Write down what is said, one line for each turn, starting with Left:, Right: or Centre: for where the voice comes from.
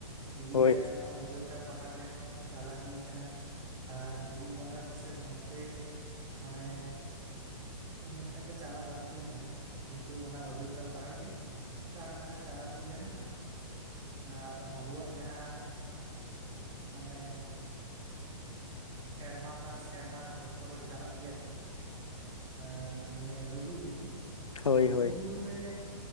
Right: ᱯᱩᱨᱩᱞᱤᱭᱟ
Left: ᱦᱳᱭ
Right: ᱨᱮ ᱚᱱᱟ ᱚᱡᱳᱫᱽᱫᱷᱟ ᱯᱟᱦᱟᱲ ᱨᱮᱦᱚᱸ ᱪᱟᱞᱟᱣ ᱦᱩᱭ ᱟᱠᱟᱱᱟ ᱟᱨ ᱵᱩᱨᱩ ᱵᱚᱸᱜᱟ ᱠᱚᱥᱮᱫ ᱚᱱᱛᱮ ᱢᱟᱱᱮ ᱠᱷᱩᱵ ᱢᱤᱫᱴᱟᱝ ᱫᱚ ᱪᱟᱞᱟᱣ ᱵᱟᱝ ᱦᱩᱭ ᱟᱠᱟᱱᱟ ᱠᱤᱱᱛᱩ ᱚᱱᱟ ᱚᱡᱳᱫᱽᱫᱷᱟ ᱯᱟᱦᱟᱲ ᱜᱮ ᱫᱟᱬᱟ ᱫᱟᱬᱟ ᱪᱟᱞᱟᱣ ᱦᱩᱭ ᱞᱮᱱᱟ ᱟᱨ ᱟᱵᱚᱣᱟᱜ ᱡᱟᱦᱟᱸ ᱢᱟᱱᱮ ᱥᱮᱨᱢᱟ ᱯᱟᱱ ᱥᱮᱨᱢᱟ ᱡᱷᱚᱛᱚ ᱦᱚᱲ ᱪᱟᱞᱟᱜ ᱜᱮᱭᱟ ᱠᱚ ᱟᱸ ᱱᱤᱭᱟᱹ ᱞᱩᱜᱩ ᱵᱩᱨᱩ
Left: ᱦᱳᱭ
Right: ᱞᱩᱜᱩ
Left: ᱦᱳᱭ
Right: ᱵᱩᱨᱩ ᱵᱩᱨᱩ ᱨᱮ